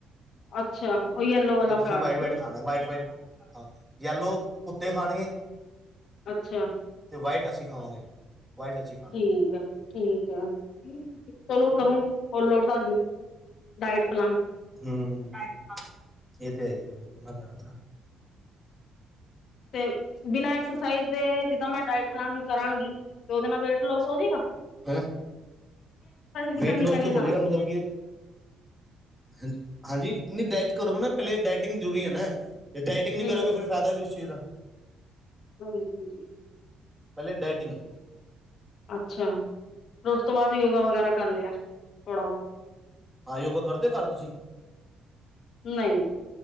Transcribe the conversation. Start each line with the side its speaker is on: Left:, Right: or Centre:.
Left: ਅੱਛਾ ਉਹ ਯਲੋ ਵਾਲਾ
Centre: ਤੇ ਤੁਸੀਂ
Left: ਪੈਠ
Centre: ਵਾਈਟ ਵਾਈਟ ਖਾਣਾ ਵਾਈਟ ਵਾਈਟ ਹਾਂ ਯੈਲੋ ਕੁੱਤੇ ਖਾਣਗੇ
Left: ਅੱਛਾ
Centre: ਤੇ ਵਾਈਟ ਅਸੀਂ ਖਾਵਾਂਗੇ ਵਾਈਟ ਅਸੀਂ ਖਾਣਾਗੇ
Left: ਠੀਕ ਆ ਠੀਕ ਹੈ ਚਲੋ
Centre: ਠੀਕ ਹੈ
Left: ਕਰੂੰ
Centre: ਨਾ
Left: ਫੋਲ ਲੋ ਤੁਡੀ ਡਾਇਟ ਪਲਾਨ
Centre: ਹਮ ਇਹ ਤੇ ਹੈਗੀਏਨਾ ਪੈਣਾ ਨਾ
Left: ਤੇ ਬਿਨਾਂ ਐਕਸਰਸਾਈਜ਼ ਦੇ ਜਿੱਦਾਂ ਮੈਂ ਡਾਇਟ ਪਲਾਨ ਕਰਾਂਗੀ ਤੇ ਉਹਦੇ ਨਾਲ ਵੇਟ ਲੋਸ ਹੋ ਜਾੇਗਾ
Centre: ਹੈਂ
Left: ਵੀ
Centre: ਵੇਟ
Left: ਕਰਨੀ
Centre: ਲੋਸ
Left: ਪੈਣੀ
Centre: ਤੇ
Left: ਨਾਲ
Centre: ਹੋਜਏਗਾ ਮਤਲਬ ਕਿ ਹਾਂਜੀ ਹਾਂਜੀ ਨ ਡਾਇਟ ਕਰੋਗੇ ਨਾ ਪਹਿਲੇ ਡਾਇਟਿੰਗ ਜ਼ਰੂਰੀ ਹੈ ਨਾ ਜ ਡਾਇਟਿੰ ਨਹੀਂ
Left: ਹਮ
Centre: ਕਰੋਗੇ ਫਿਰ ਫਾਇਦਾ ਕੀ ਉਸ ਚੀਜ਼ ਦਾ
Left: ਹਾਂਜੀ ਹਾਂਜੀ
Centre: ਪਹਿਲੇ ਡਾਇਟਿੰਗ
Left: ਅੱਛਾ ਫਿਰ ਉਸ ਤੋਂ ਬਾਅਦ ਯੋਗਾ ਵਗੈਰਾ ਕਰ ਲਿਆ ਥੋੜਾ ਬਹੁਤ
Centre: ਹਾਂ ਯੋਗਾ ਕਰਦੇਓ ਘਰ ਤੁਸੀਂ
Left: ਨਹੀਂ